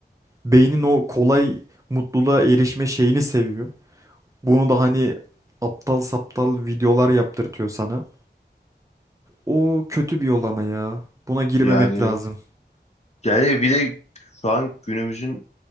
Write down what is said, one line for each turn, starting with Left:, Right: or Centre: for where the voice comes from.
Right: Beynin o kolay mutluluğa erişme şeyini seviyor. Bunu da hani aptal saptal videolar yaptırtıyor sana. O kötü bir yol ama ya. Buna girmemek
Left: Yani
Right: lazım.
Left: yani bile şu an günümüzün